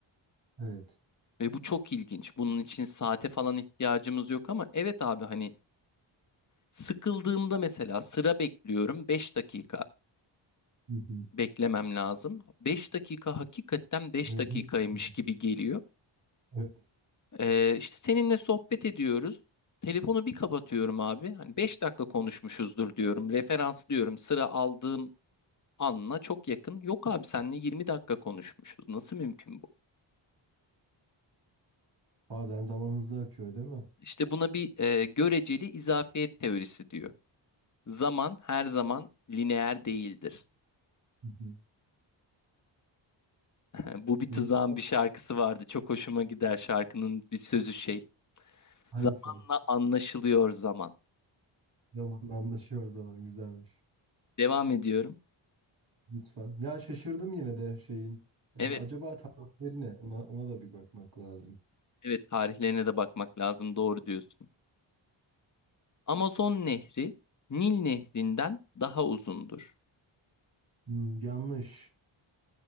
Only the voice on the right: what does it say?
Evet.
Hı hı.
Gördün
mü?
Evet.
Bazen zaman hızlı akıyor değil mi?
Hı hı.
Yine bu-
hangi
şarkısı?
Zamanla anlaşıyor zaman güzelmiş.
Lütfen. Ya şaşırdım yine de şeyin. Ee,
acaba tarihleri ne? Ona, ona da bir bakmak lazım.
Hmm, yanlış.